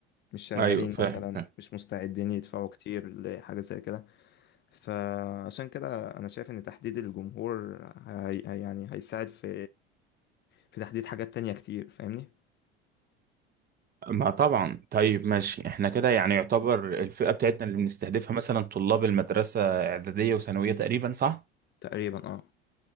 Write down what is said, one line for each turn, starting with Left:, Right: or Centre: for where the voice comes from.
Left: مش شغالين
Right: ايوه فاهم
Left: مثلا
Right: فاهم
Left: مش مستعدين يدفعوا كتير لحاجة زي كده فعشان كده انا شايف ان تحديد الجمهور هي هي- يعني هيساعد في في تحديد حاجات تانية كتير فاهمني
Right: ما طبعا طيب ماشي احنا كده يعني يعتبر الفئة بتاعتنا اللي بنستهدفها مثلا طلاب المدرسة إعدادية وثانوية تقريبا صح؟
Left: تقريبا اه